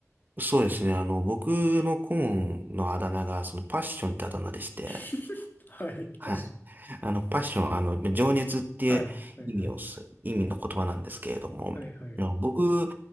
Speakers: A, on the right; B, on the left.
A: そうですね。あの、僕の顧問のあだ名が、そのパッションってあだ名でして、
B: <laughs> はい、
A: はい。
B: 確かに。
A: あの、パッション、あの、情熱って意味をす、
B: はい、はい、はい。
A: 意味の言葉なんですけれども、
B: はい、はい。
A: あの僕、